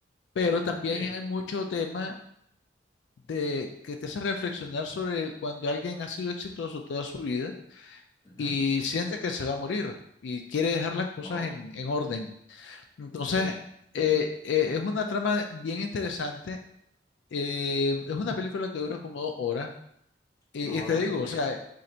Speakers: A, on the left; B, on the left.
A: pero
B: Ok.
A: también hay mucho tema de que te hace reflexionar sobre el- cuando alguien ha sido exitoso toda su vida
B: Ujú.
A: y siente que se va a morir y quiere dejar las cosas
B: Oh,
A: en, en orden. Entonces,
B: sí.
A: eh, eh, es una trama bien interesante Eh, es una
B: Ujú.
A: película que dura como dos horas. Y,
B: Dos horas,
A: y te digo,
B: ok.
A: o sea,